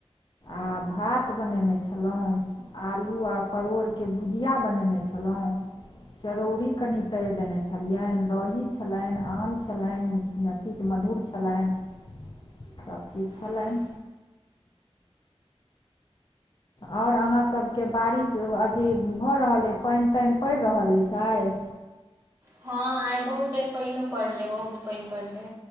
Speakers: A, on the left; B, on the right.
A: आ भात बनेने छलहुँ। आलू आ परोड़के भुजिया बनेने छलहुँ। चरौड़ी कनि तरि देने छलियनि दही छलनि, आम छलनि। मधुर छलनि सब किछु छलैन
B: हँ
A: आओर अहाँसभके बारिश अथी भऽ रहल अइ पानि तानि पड़ि रहल अछि छै
B: हँ आइ बहुते पानिो पड़ले बहुत पानि पड़ले